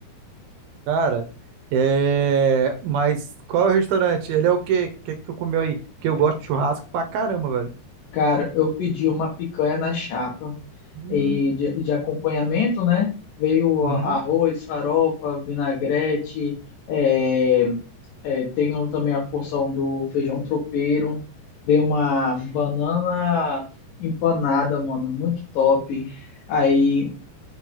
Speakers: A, on the right; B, on the left.
A: Cara, é... mas qual é o restaurante? Ele é o quê? O que é que tu comeu aí? Porque eu gosto de churrasco pra caramba, velho.
B: Cara, eu pedi uma picanha na chapa
A: Hum.
B: e de, de acompanhamento, né? Veio
A: Uhum.
B: a- arroz, farofa, vinagrete, é, É, tem o- também a porção do feijão tropeiro. Dei uma banana empanada, mano, muito top. Aí.